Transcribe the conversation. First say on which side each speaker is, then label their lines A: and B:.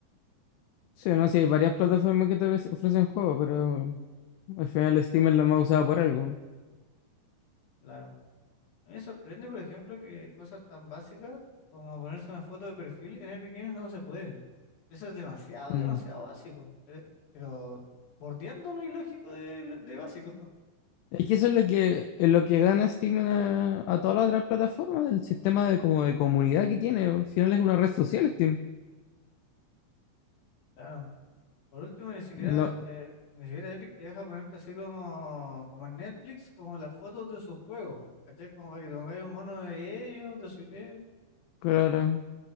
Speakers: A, on the left; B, on the left.
A: Sí, no, sí, hay varias plataformas que te ofrece- ofrecen juegos, pero al final Steam es la más usada por algo.
B: claro. A mí me sorprende, por ejemplo, que cosas tan básicas como ponerse una foto de perfil en Epic Games no se puede. Eso es demasiado,
A: Mm.
B: demasiado básico. Pero, pero bordeando lo ilógico de, de básico. <laughs>
A: Es que eso es lo que, es lo que gana Steam a, a todas las otras plataformas, el sistema de, como de comunidad que tiene. Al final es una red social Steam.
B: Claro. Por último, ni siquiera,
A: Lo-
B: eh, ni siquiera Epic te deja ponerte así como, como en Netflix, como las fotos de sus juegos, ¿cachai? Como para que te pongáis un mono de ellos, de su IP.
A: claro.